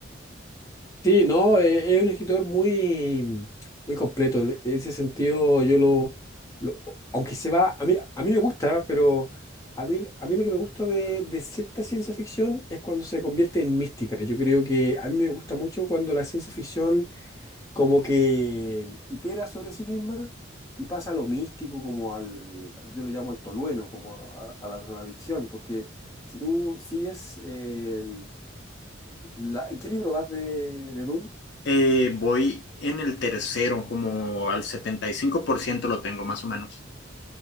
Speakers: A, on the left (about 15°); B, on the left (about 60°).
A: Sí, no, eh, es un escritor muy, muy completo. En ese sentido, yo lo, lo- aunque se va, a mí, a mí me gusta, pero a mí, a mí lo que me gusta de, de cierta ciencia ficción es cuando se convierte en mística. Yo creo que a mí me gusta mucho cuando la ciencia ficción como que itera sobre sí misma y pasa a lo místico, como al, yo lo llamo al tolueno, como a, a la drogadicción, porque si tú sigues, eh, la- ¿qué libro vas de, de Dune?
B: Eh, voy en el tercero, como al 75% lo tengo, más o menos.